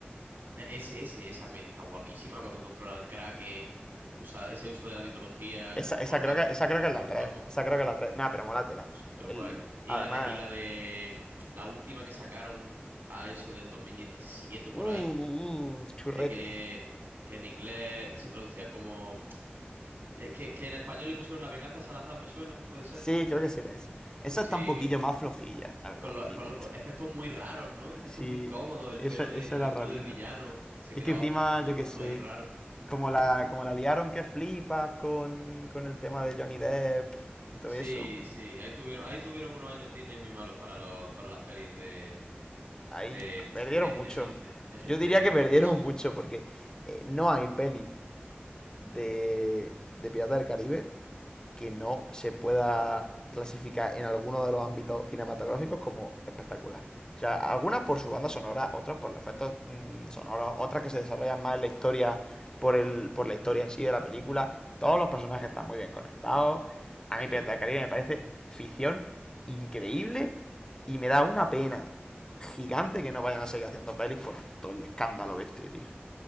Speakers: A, on the right; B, on the left.
A: E- Ese, ese, esa peli está guapísima cuando controla al Kraken, usa ese uso de la mitología,
B: Esa,
A: es muy
B: esa,
A: guapa,
B: creo que, esa creo
A: súper
B: que es la 3.
A: guapo,
B: Esa creo que es la 3. Nah, pero mola tela.
A: súper guay.
B: El,
A: Y
B: además.
A: la de, y la de mm, la última que sacaron a eso del 2017
B: Uh,
A: por
B: uh,
A: ahí,
B: uh, churrete.
A: de que, que en inglés se traducía como eh, que, que en español le pusieron La venganza de Salazar, ¿me suena? ¿Puede ser?
B: Sí, creo que sí era esa. Esa
A: Sí,
B: está un poquillo
A: que-
B: más flojilla, la verdad,
A: con los,
B: para mi
A: con
B: gusto.
A: los efectos muy raros, ¿no? Efectos
B: Sí,
A: muy incómodos, el
B: esa,
A: pelo
B: esa
A: del,
B: era
A: el
B: rarita.
A: pelo del villano se
B: Es
A: quedaba
B: que encima,
A: flotando
B: yo qué sé,
A: ahí raro.
B: como la, como la liaron que flipas con, con el tema de Johnny Depp y todo
A: Sí,
B: eso,
A: sí, ahí tuvieron, ahí tuvieron unos años Disney muy malos para los, para las pelis de,
B: ahí
A: de,
B: p- perdieron
A: de,
B: mucho.
A: de gente, de gente
B: Yo diría
A: de
B: que
A: carne
B: perdieron
A: y hueso.
B: mucho porque eh, no hay peli de, de Piratas del Caribe que no se pueda clasificar en alguno de los ámbitos cinematográficos como espectacular. O sea, algunas por su banda sonora, otras por los efectos mm, sonoros, otras que se desarrollan más en la historia, por, el, por la historia en sí de la película. Todos los personajes están muy bien conectados. A
A: Sí.
B: mí piratas del Caribe me parece ficción increíble y me da una pena gigante que no vayan a seguir haciendo pelis por todo el escándalo este, tío.